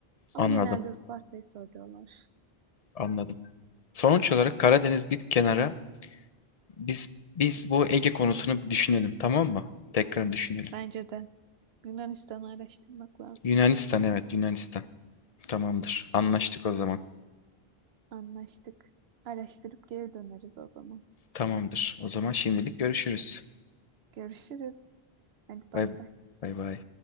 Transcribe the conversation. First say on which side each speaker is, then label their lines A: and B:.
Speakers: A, on the right (about 75°); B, on the left (about 45°).
A: Ama
B: Anladım.
A: genelde Isparta'yı söylüyorlar.
B: Anladım. Sonuç olarak Karadeniz bir kenara Biz biz bu Ege konusunu bir düşünelim, tamam mı? Tekrar düşünelim.
A: Bence de Yunanistan'ı araştırmak lazım.
B: Yunanistan, evet Yunanistan. Tamamdır. Anlaştık o zaman.
A: Anlaştık. Araştırıp geri döneriz o zaman.
B: Tamamdır. O zaman şimdilik görüşürüz.
A: Görüşürüz. Hadi bay
B: Bay
A: bay.
B: bay bay.